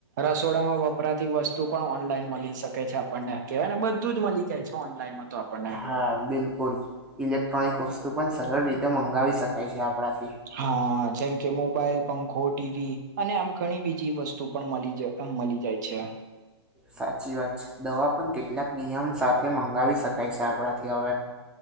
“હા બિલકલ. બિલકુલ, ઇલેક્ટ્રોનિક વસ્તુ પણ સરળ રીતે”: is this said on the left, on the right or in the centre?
Centre